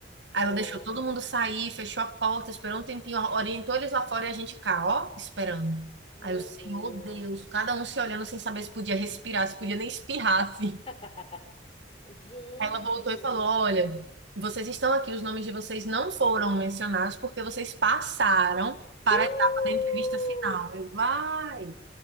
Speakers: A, on the left; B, on the right.
A: Oh,
B: Aí ela deixou todo mundo sair, fechou a porta, esperou um tempinho, orientou eles lá fora e a gente cá, ó, esperando.
A: meu
B: Aí o Senhor
A: Deus.
B: Deus, cada um se olhando sem saber se podia respirar, se podia nem espirrar, assim.
A: <laughs> Gente.
B: Aí ela voltou e falou: Olha, vocês estão aqui, os nomes de vocês não foram mencionados porque vocês passaram para
A: Uh!
B: a etapa da entrevista final. Eu, vai,